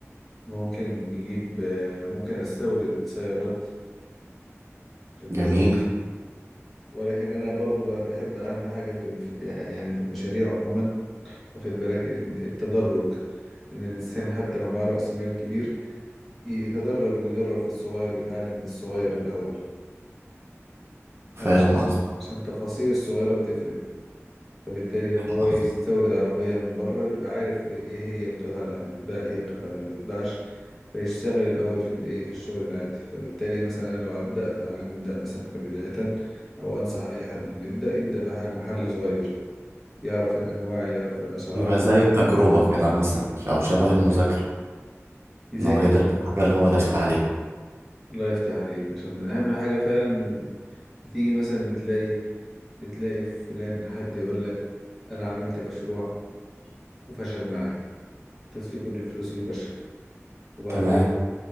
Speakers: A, in the centre; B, on the right.
A: ممكن نجيب آه، ممكن أستورد سيارات واخد بالك
B: جميل
A: ولكن أنا برضو بقى بحب أهم حاجة في في- يعني في المشاريع عموما واخد بالك إن- التدرج إن الإنسان حتى لو معاه رأس مال كبير يتدرج ويجرب في الصغير ويتعلم في الصغير الأول
B: فاهم
A: علشان
B: قصدي
A: عشان التفاصيل الصغيرة بتفرق فبالتالي لما هو
B: قصدي.
A: يستورد عربية من بره يبقى عارف ايه إيه هي القطع اللي هتتباع ايه هي القطع اللي مبتتباعش فيشتغل الأول في الايه في الشغل العادي فبالتالي مثلا أنا لو هبدأ فهنبدأ مثلا كبداية أو أنصح أي حد إنه يبدأ يبدأ بمحل صغير يعرف الأنواع يعرف الأسعار
B: يبقى زي التجربه كده مثلا او
A: بالظبط
B: شبه المذاكره
A: كده يذاكر
B: ان هو يدرس
A: فيه
B: الحاجه اللي هو داخل عليها
A: الله يفتح عليك عشان من أهم حاجة فعلا من بتيجي مثلا بتلاقي بتلاقي فلان حد يقول لك انا عملت مشروع وفشل معايا حطيت فيه كل فلوسي وفشل وبعدين
B: تمام